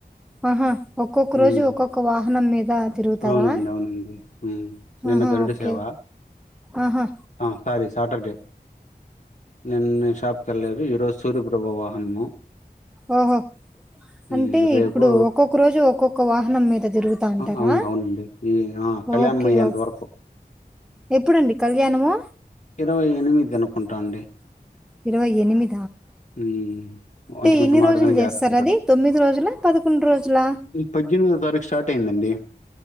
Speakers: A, in the centre; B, on the left.
A: ఆహా ఒక్కొక్క
B: మ్మ్
A: రోజు ఒక్కొక్క వాహనం మీద తిరుగుతారా
B: అవునండి అవునండి మ్మ్ నిన్న
A: ఆహా
B: గరుడ
A: ఓకే
B: సేవ
A: ఆహా
B: ఆ సారీ సాటర్డే నిన్న షాప్కి వెళ్ళలేదు ఈరోజు సూర్యప్రభ వాహనము
A: ఓహో
B: మ్మ్
A: అంటే
B: రేపు
A: ఇప్పుడు ఒక్కొక్క రోజు ఒక్కొక్క వాహనం మీద తిరుగుతా అంటారా
B: ఆహ అవును అవునండి ఈ ఆ కళ్యాణం
A: ఓకే
B: అయ్యేంత
A: ఓకే
B: వరకు
A: ఎప్పుడండి కళ్యాణము
B: ఇరవై ఎనిమిది అనుకుంటాండి
A: ఇరవై ఎనిమిది
B: మ్మ్ ఒంటి మిట్ట
A: ఎన్ని
B: మాదిరిగినే
A: రోజులు
B: చేస్తారు
A: అది తొమ్మిది రోజులా పదకొండు రోజులా
B: ఇ పజేనిమిది తారీఖు స్టార్ట్ అయిందండి